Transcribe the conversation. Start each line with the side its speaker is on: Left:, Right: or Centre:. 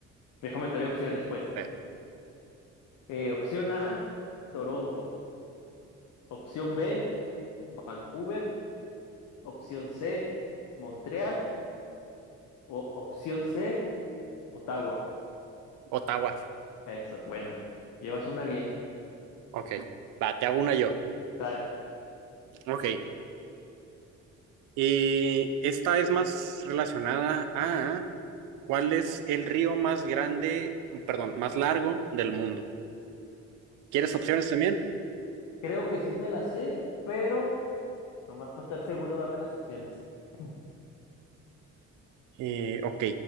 Left: Déjame te doy opciones, pues.
Right: A ver,
Left: Eh, opción A, Toronto. Opción B, Vancouver. Opción C, Montreal. O opción C, Ottawa.
Right: Ottawa.
Left: Eso, buena. Llevas una bien.
Right: Ok, va, te hago una yo.
Left: ¿Sabe?
Right: Ok, y esta es más relacionada a cuál es el río más grande, perdón, más largo del mundo. ¿Quieres opciones también?
Left: Creo que sí me la sé, pero nomás para estar seguro, dame las opciones. <clears throat>
Right: Eh, ok,